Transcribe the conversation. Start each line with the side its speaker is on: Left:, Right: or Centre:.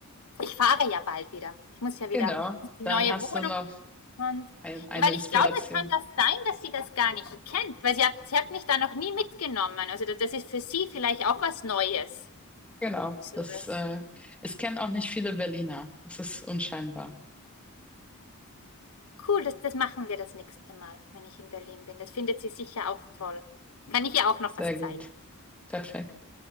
Left: ich fahre ja bald wieder. Ich muss ja
Centre: Genau,
Left: wieder in die
Centre: dann
Left: neue
Centre: hast
Left: Wohnung
Centre: du noch
Left: und
Centre: ein, eine
Left: weil
Centre: Inspiration.
Left: ich glaube, es kann das sein, dass sie das gar nicht kennt, weil sie hat, sie hat mich da noch nie mitgenommen. Also das, das ist für sie vielleicht auch was Neues.
Centre: Genau,
Left: So
Centre: das
Left: was
Centre: äh, es kennen auch nicht viele Berliner. Es ist unscheinbar.
Left: Cool, das, das machen wir das nächste Mal, wenn ich in Berlin bin. Das findet sie sicher auch toll. Kann ich ihr auch noch
Centre: Sehr
Left: was zeigen.
Centre: gut, perfekt.